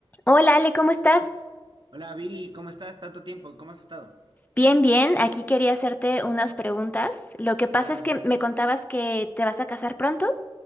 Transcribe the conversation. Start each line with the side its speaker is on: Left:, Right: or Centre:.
Left: Hola Ale, ¿cómo estás?
Right: Hola Viri, ¿cómo estás? Tanto tiempo, ¿cómo has estado?
Left: Bien, bien. Aquí quería hacerte unas preguntas. Lo que pasa
Right: Claro,
Left: es
Right: dime.
Left: que me contabas que te vas a casar pronto.